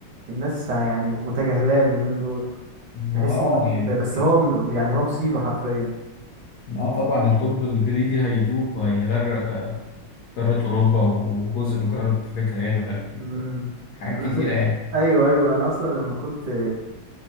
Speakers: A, on the right; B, on the left.
A: الناس يعني متجاهلاه اليومين دول
B: ما
A: تحس
B: اه
A: ان مت-
B: يعني
A: بس هو م- يعني هو مصيبة حرفيا
B: اه طبعا القطب الجليدي هيدوب وهيغرق آه، قارة أوروبا وجزء من قارة أفريقيا هيغرق
A: امم
B: حاجات
A: انا
B: كتيرة
A: فك
B: يعني
A: ايوه ايوه انا اصلا لما كنت